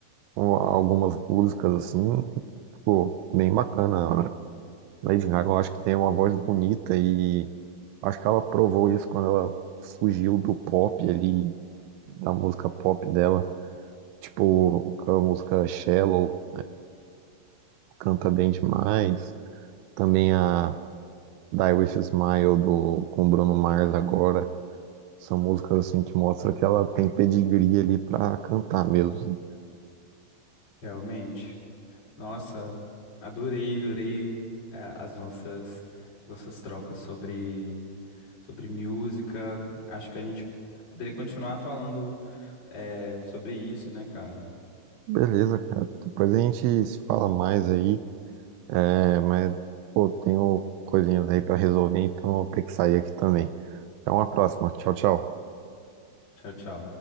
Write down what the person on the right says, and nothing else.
o- algumas músicas assim, ficou bem bacana. A Lady Gaga, eu acho que tem uma voz bonita e acho que ela provou isso quando ela fugiu do pop ali, da música pop dela. Tipo, com a música Shallow canta bem demais. Também a Die With a Smile do, com o Bruno Mars agora. São músicas assim que mostram que ela tem pedigree ali pra cantar mesmo.
Beleza, cara. Depois a gente se fala mais aí. É, mas, pô, tenho coisinhas aí pra resolver, então eu vou ter que sair aqui também. Até uma próxima. Tchau, tchau.